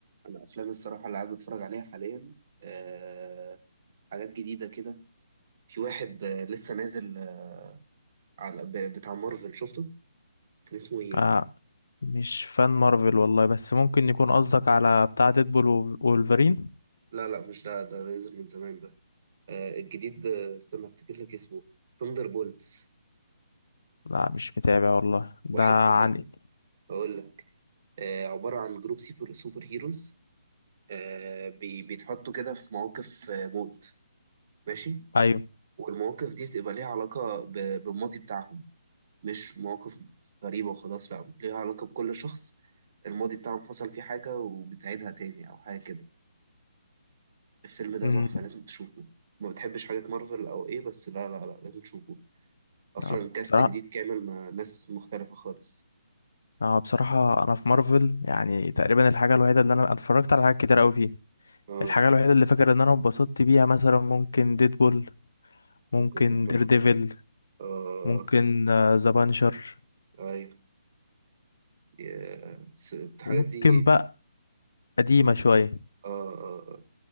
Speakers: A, on the right; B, on the left.
A: انا افلام الصراحه اللي قاعد بتفرج عليها حاليا آه حاجات جديده كده في واحد آه لسه نازل آه على ب- بتاع مارفل شفته كان اسمه ايه
B: آه مش فان مارفل والله بس ممكن يكون قصدك على بتاع ديدبول و- وولفرين
A: لا لا مش ده ده نازل من زمان ده آه الجديد آه، استنى افتكر لك اسمه ثاندر بولتس
B: لا مش متابع والله ده
A: واحد
B: عن
A: واحد هقول لك آه، عبارة عن جروب سوبر سوبر هيروز آه، بي- بيتحطوا كده في مواقف آه، موت ماشي
B: ايوه
A: والمواقف دي بتبقى ليها علاقة ب- بالماضي بتاعهم مش مواقف غريبة وخلاص لا ليها علاقة بكل شخص الماضي بتاعهم حصل فيه حاجة وبتعيدها تاني أو حاجة كده الفيلم ده
B: امم
A: تحفة لازم تشوفه ما بتحبش حاجات مارفل أو إيه بس لا لا لا لازم تشوفه أصلا
B: آه
A: الكاست
B: بصراحه
A: جديد كامل مع ناس مختلفة خالص
B: آه بصراحه انا في مارفل يعني تقريبا الحاجه الوحيده اللي انا اتفرجت على حاجات كتير قوي فيه
A: اه
B: الحاجه الوحيده اللي فاكر ان انا اتبسطت بيها مثلا ممكن ديدبول ممكن
A: بتكون حلو
B: دير ديفل
A: اه
B: ممكن ذا بانشر
A: ايوه يا- الحاجات
B: ممكن
A: دي
B: بقى قديمة شوية
A: آه آه آه.